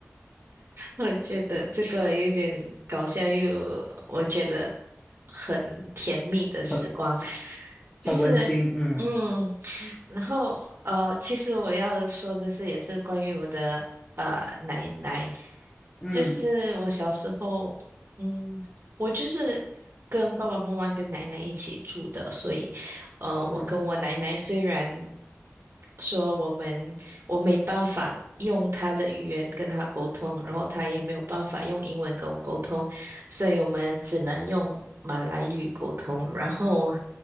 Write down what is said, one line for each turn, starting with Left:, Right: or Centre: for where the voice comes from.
Right: 我觉得这个有点搞笑又有我觉得很甜蜜的时光，
Left: 很
Right: 就是嗯。
Left: 很温馨。嗯
Right: 然后呃，其实我要说的是，也是关于我的呃奶奶，
Left: 嗯
Right: 就是我小时候，嗯，我就是跟爸爸妈妈跟奶奶一起住的，所以呃，
Left: 嗯
Right: 我跟我奶奶虽然说我们我没办法用她的语言跟她沟通，然后她也没有办法用英文跟我沟通，所以我们只能用马来语沟通，然后